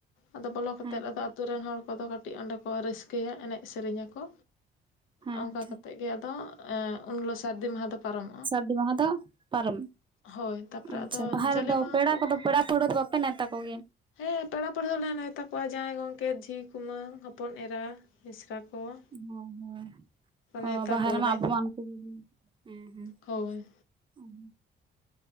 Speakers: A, on the left; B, on the right.
A: ᱟᱫᱚ ᱵᱚᱞᱚ ᱠᱟᱛᱮ
B: ᱦᱮᱸ
A: ᱟᱫᱚ ᱟᱛᱳ ᱨᱮᱱ ᱦᱚᱲ ᱠᱚᱫᱚ ᱾ ᱠᱟᱹᱴᱤᱡ ᱚᱸᱰᱮ ᱠᱚ ᱨᱟᱹᱥᱠᱟᱹᱭᱟ ᱮᱱᱮᱡ ᱥᱮᱨᱮᱧᱟᱠᱚ
B: ᱦᱮᱸ
A: ᱚᱱᱠᱟ
B: ᱟᱪᱪᱷᱟ
A: ᱠᱟᱛᱮ ᱜᱮ ᱟᱫᱚ ᱩᱮᱸ ᱩᱱ ᱦᱤᱞᱳᱜ ᱥᱟᱹᱨᱫᱤ ᱢᱟᱦᱟ ᱫᱚ ᱯᱟᱨᱚᱢᱚᱜᱼᱟ᱾
B: ᱥᱟᱹᱨᱫᱤ ᱢᱟᱦᱟ ᱫᱚ ᱯᱟᱨᱚᱢ᱾
A: ᱦᱳᱭ ᱛᱟᱨᱯᱚᱨᱮ
B: ᱟᱪᱪᱷᱟ
A: ᱟᱫᱚ
B: ᱵᱟᱦᱟ
A: ᱡᱟᱞᱮ
B: ᱨᱮᱫᱚ
A: ᱢᱟᱦᱟ
B: ᱯᱮᱲᱟ
A: ᱦᱤᱞᱳᱜ
B: ᱠᱚᱫᱚ
A: ᱦᱚᱸ
B: ᱯᱮᱲᱟ ᱯᱟᱹᱲᱦᱟᱹ ᱠᱚᱫᱚ ᱵᱟᱯᱮ ᱱᱮᱶᱛᱟ ᱠᱚᱜᱮᱭᱟ ᱾
A: ᱦᱮᱸ ᱯᱮᱲᱟ ᱯᱟᱹᱲᱦᱟᱹ ᱦᱚᱸᱞᱮ ᱱᱮᱛᱟ ᱠᱚᱣᱟ ᱡᱟᱶᱟᱭ ᱜᱚᱝᱠᱮ ᱡᱷᱤ ᱠᱩᱢᱟᱹᱝ ᱦᱚᱯᱚᱱ ᱮᱨᱟ ᱾ ᱢᱤᱥᱨᱟ ᱠᱚ᱾
B: ᱦᱳᱭ ᱦᱳᱭ
A: ᱱᱮᱣᱛᱟ
B: ᱵᱟᱦᱟ
A: ᱠᱚᱣᱟᱞᱮ
B: ᱨᱮᱢᱟ ᱟᱵᱚ ᱢᱟ ᱩᱱᱠᱩ ᱠᱚ ᱜᱮ ᱦᱮᱸ ᱦᱮᱸ
A: ᱦᱳᱭ
B: <unintelligible>